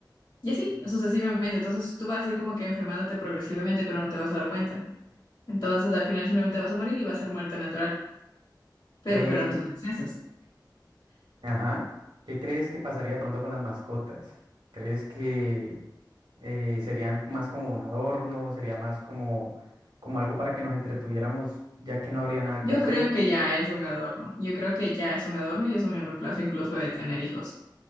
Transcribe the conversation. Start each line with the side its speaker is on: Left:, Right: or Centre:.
Left: y así, sucesivamente. Entonces tú vas a ir como que enfermándote progresivamente, pero no te vas a dar cuenta. Entonces al final simplemente vas a morir y va a ser muerte natural, pero
Right: ¿Qué,
Left: fueron tus excesos.
Right: Ajá. ¿Qué crees que pasaría de pronto con las mascotas? ¿Crees que eh, serían más como un adorno? ¿Sería más como, como algo para que nos entretuviéramos ya que no habría nada
Left: Yo
Right: que hacer?
Left: creo que ya es un adorno, yo creo que ya es un adorno y es un reemplazo incluso de tener hijos,